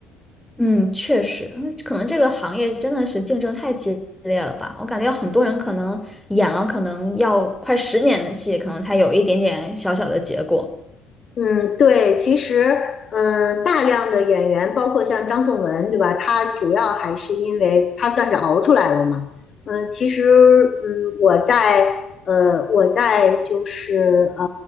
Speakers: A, in the centre; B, on the left.
A: 嗯，确实，嗯可能这个行业真的是竞争太激烈了吧？我感觉很多人可能演了，可能要快十年的戏，可能才有一点点小小的结果。
B: 嗯，对，其实，嗯，大量的演员，包括像张颂文，对吧？他主要还是因为他算是熬出来了嘛。嗯，其实，嗯，我在，呃，我在就是，呃，